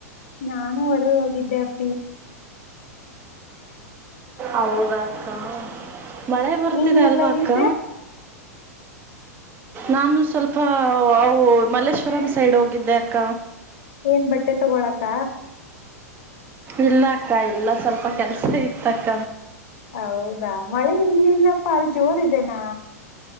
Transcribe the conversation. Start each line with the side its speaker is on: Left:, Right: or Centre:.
Left: ನಾನು ಹೊರದ ಹೋಗಿದ್ದೆ ಅಪ್ಪಿ
Right: ಅವೌದಕ್ಕ ಮಳೆ ಬರ್ತಿದೆ
Left: ನೀನ್ ಎಲ್
Right: ಅಲ್ವಾ
Left: ಹೋಗಿದ್ದೆ
Right: ಅಕ್ಕ ನಾನು ಸ್ವಲ್ಪ ಅವು ಮಲ್ಲೇಶ್ವರಂ ಸೈಡ್ ಹೋಗಿದ್ದೆ ಅಕ್ಕ
Left: ಏನ್ ಬಟ್ಟೆ ತಗೊಳಕ್ಕ
Right: ಇಲ್ಲ ಅಕ್ಕ ಇಲ್ಲ ಸ್ವಲ್ಪ ಕೆಲ್ಸ ಇತ್ತಕ್ಕ
Left: ಹೌದಾ ಮಳೆ ಇಲ್ಲಿ ಇಲ್ಲಪ್ಪ ಅಲ್ಲಿ ಜೋರಿದೆನಾ